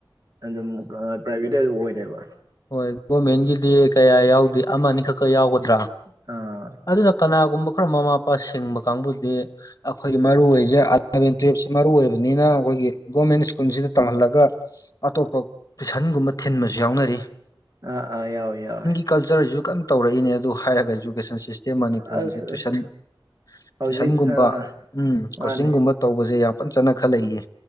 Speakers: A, on the right; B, on the left.
A: ꯑꯗꯨꯝ ꯑ ꯄ꯭ꯔꯥꯏꯚꯦꯠꯇꯩ ꯑꯗꯨꯝ ꯑꯣꯏꯔꯦꯕ
B: ꯍꯣꯏ ꯒꯣꯔꯃꯦꯟꯒꯤꯗꯤ ꯀꯌꯥ ꯌꯥꯎꯗꯦ ꯑꯃ ꯑꯅꯤ ꯈꯛꯀ ꯌꯥꯎꯒꯗ꯭ꯔꯥ
A: ꯑꯥ
B: ꯑꯗꯨꯅ ꯀꯅꯥꯒꯨꯝꯕ ꯈꯔ ꯃꯃꯥ ꯃꯄꯥ ꯁꯤꯡꯕ ꯀꯥꯡꯕꯨꯗꯤ ꯑꯈꯣꯏꯒꯤ ꯃꯔꯨꯏ ꯑꯣꯏ ꯖꯤꯛ ꯑꯦꯂꯚꯦꯟ ꯇꯨꯋꯜꯞꯁꯤ ꯃꯔꯨ ꯑꯣꯏꯕꯅꯤꯅ ꯑꯈꯣꯏꯒꯤ ꯒꯣꯔꯃꯦꯟ ꯁ꯭ꯀꯨꯜꯖꯤꯗ ꯇꯝꯍꯜꯂꯒ ꯑꯇꯣꯞꯄ ꯇꯨꯏꯁꯟꯒꯨꯝꯕ ꯊꯤꯟꯕꯁꯨ ꯌꯥꯎꯅꯔꯤ
A: ꯑꯥ ꯑꯥ ꯌꯥꯎꯋꯦ ꯌꯥꯎꯋꯦ
B: ꯀꯜꯆꯔꯖꯤꯖꯨ ꯀꯟꯅ ꯇꯧꯔꯛꯏꯅꯦ ꯑꯗꯨ ꯍꯥꯏꯔꯒ ꯏꯖꯨꯀꯦꯁꯟ ꯁꯤꯁꯇꯦꯝ ꯃꯅꯤꯄꯨꯔꯒꯤꯗ
A: ꯑꯁ
B: ꯇꯨꯏꯁꯟ
A: ꯑꯁ ꯍꯧꯖꯤꯛ
B: ꯇꯨꯏꯁꯟꯒꯨꯝꯕ
A: ꯑꯥ
B: ꯎꯝ
A: ꯃꯥꯅꯦ
B: ꯀꯣꯆꯤꯡꯒꯨꯝꯕ ꯇꯧꯕꯁꯦ ꯌꯥꯝ ꯀꯟ ꯆꯠꯅ ꯈꯜꯂꯛꯏꯌꯦ